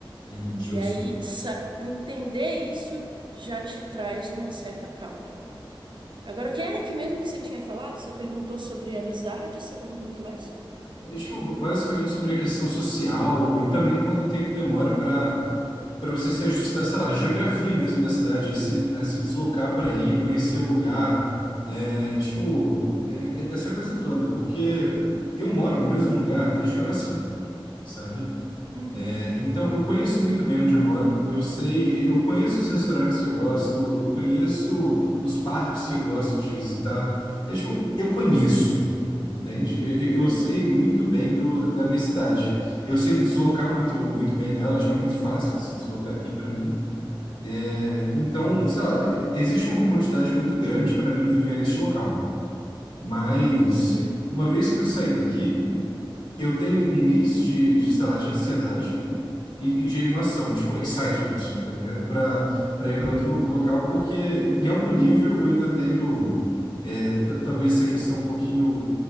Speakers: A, on the left; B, on the right.
A: uhum, justo.
B: E aí, sa- entender isso já te traz uma certa calma. Agora, que era que mesmo que você tinha falado? Você perguntou sobre amizade, você perguntou o que mais?
A: É, tipo, basicamente sobre a questão social e também quanto tempo demora para para você se ajustar, sei lá, à geografia mesmo da cidade, se, né, se deslocar por aí, conhecer o lugar, né, tipo,
B: Uhum,
A: é- é- essa coisa toda, porque eu moro no mesmo lugar desde que eu nasci, sabe?
B: uhum,
A: Então, eu conheço muito bem onde eu moro. Eu sei, eu conheço os restaurantes que eu gosto, eu conheço os parques que eu gosto de visitar. É, tipo, eu conheço, entende? Eu, eu-
B: uhum,
A: eu sei muito bem do, da minha cidade. Eu sei me deslocar muito, muito bem nela. Tipo, é muito fácil de se deslocar aqui para mim. É, então, sei lá, e- existe uma comodidade muito grande para mim viver neste local. Mas
B: uhum,
A: uma vez que eu saí daqui eu tenho um mix de, de, sei lá, de ansiedade e, e de animação, tipo, excitement, tá ligado? Pra, pra
B: uhum,
A: ir pra outro lo- local, porque em algum nível eu ainda tenho, é, t- talvez essa questão um pouquinho